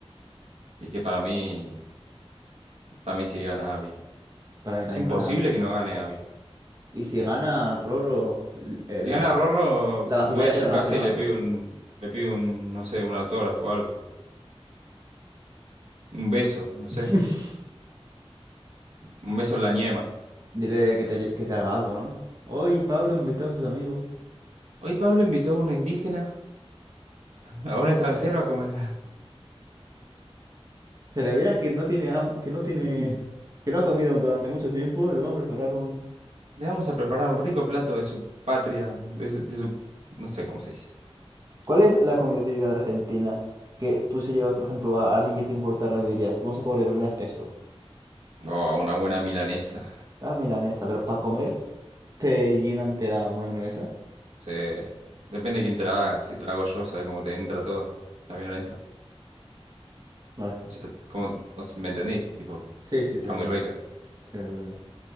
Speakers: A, on the right; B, on the right.
A: Y que para mí, para mí sí gana Abby.
B: Para mí
A: Es
B: también
A: imposible
B: gana Abby.
A: que no gane Abby.
B: Y si gana Roro, f- eh, la,
A: Si gana Rorro,
B: la vacilada
A: voy a
B: que
A: su
B: le van
A: casa
B: a pegar,
A: y le pido un, le pido un, no sé, un autógrafo o algo. Un beso, no sé.
B: <laughs>
A: Un beso en la ñema.
B: dile que te, que te haga algo, ¿no? Hoy Pablo invitó a sus amigos.
A: Hoy Pablo invitó a una indígena. a un extranjero a comer.
B: Se le veía que no tiene, ham- que no tiene,
A: <laughs>
B: que no ha comido durante mucho tiempo, le vamos a preparar un
A: Le vamos a preparar un rico plato de su patria, de su, de su- no sé cómo se dice.
B: ¿Cuál es la comida típica de Argentina que tú si llevas, por ejemplo, a alguien que te importara, le dirías, vamos a comer de primeras esto?
A: Oh, una buena milanesa.
B: La milanesa, pero para comer, ¿te llena entera una milanesa?
A: Sí. Depende de quién te la haga. Si te la hago yo, sabes cómo te entra toda la milanesa.
B: Vale.
A: O sea, cómo, o sea, ¿me entendiste? Tipo,
B: Sí, sí,
A: está
B: te entiendo.
A: muy rica,
B: te entiendo, te entiendo.